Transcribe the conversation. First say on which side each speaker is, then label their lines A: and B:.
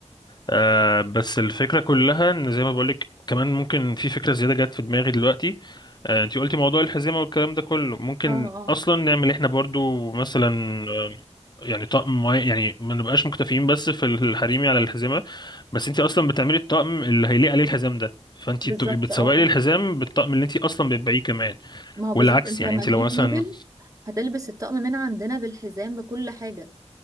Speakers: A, on the left; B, on the right.
A: آه بس الفكرة كلها ان زي ما بقولك كمان ممكن في فكرة زيادة جت في دماغي دلوقتي آه انتي قلتي موضوع الحزمة والكلام ده كله ممكن
B: اه اه
A: اصلا نعمل احنا برضو مثلا آه، يعني طقم معين يعني ما نبقاش مكتفيين بس في الحريمي على الحزمة بس انتي اصلا بتعملي الطقم اللي هيليق عليه الحزام ده فانتي
B: بالظبط
A: بتبقي بتسوقي
B: اه
A: لي
B: اه
A: الحزام بالطقم اللي انتي اصلا بتبيعيه كمان
B: ما هو بالظبط
A: والعكس
B: انت لما
A: يعني انتي
B: تجيب
A: لو مثلا
B: موديل هتلبس الطقم من عندنا بالحزام بكل حاجة